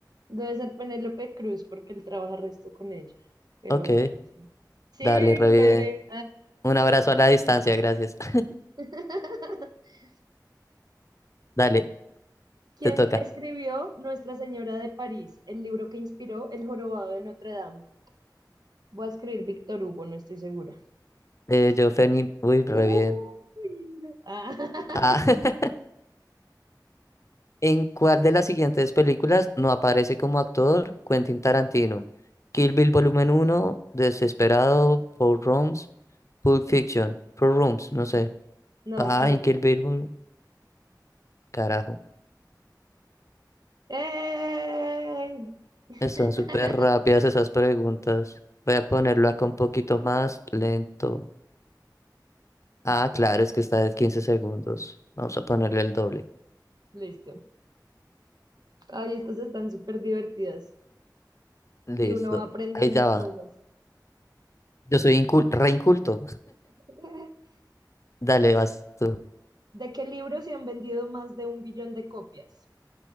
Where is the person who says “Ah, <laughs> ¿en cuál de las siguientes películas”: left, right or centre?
Left